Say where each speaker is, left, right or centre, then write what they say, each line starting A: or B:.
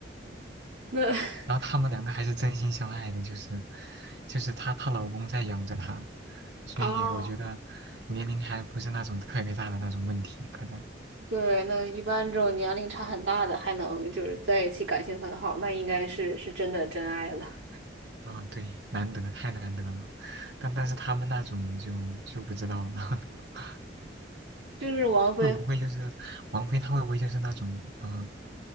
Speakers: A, on the right; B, on the right.
A: 那 <laughs>
B: 然后他们两个还是真心相爱的，就是就是她她老公在养着她，所以我觉得年龄还不是那种特别大的那种问题，
A: 啊。
B: 可能
A: 对，那一般这种年龄差很大的还能就是在一起感情很好，那应该是是真的真爱了。
B: 啊，对，难得太难得了，但但是他们那种就就不知道了，<laughs>
A: 就是王菲，
B: 会不会就是王菲她会不会就是那种嗯、呃